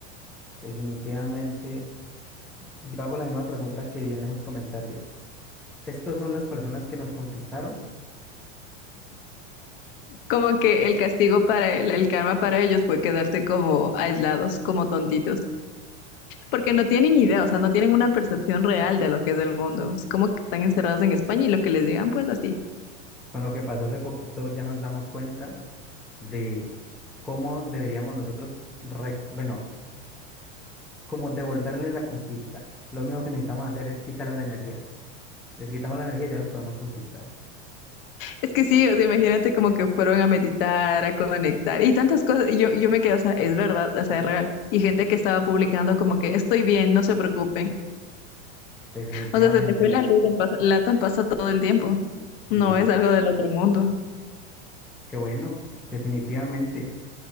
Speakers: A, in the centre; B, on the left.
A: Definitivamente, yo hago la misma pregunta que vi en esos comentarios. ¿Estos son las personas que nos conquistaron?
B: Como que el castigo para el, el karma para ellos fue quedarse como aislados, como tontitos. Porque no tienen idea, o sea, no tienen una percepción real de lo que es el mundo. Es como que están encerrados en España y lo que les digan, pues así.
A: Con lo que pasó hace poquito ya nos damos cuenta de cómo deberíamos nosotros, re- bueno, como devolverle la conquista. Lo único que necesitamos hacer es quitarle la energía. Les quitamos la energía y ya los podemos conquistar.
B: Es que sí, o sea, imagínate como que fueron a meditar, a conectar y tantas cosas. Y Yo, yo me quedé, o sea, es verdad, o sea, es real. Y gente que estaba publicando como que estoy bien, no se preocupen.
A: Definitivamente.
B: O sea, se te fue la luz, en pasa- latan pasa todo el tiempo. No
A: Ujú.
B: es algo del otro mundo.
A: Qué bueno, definitivamente.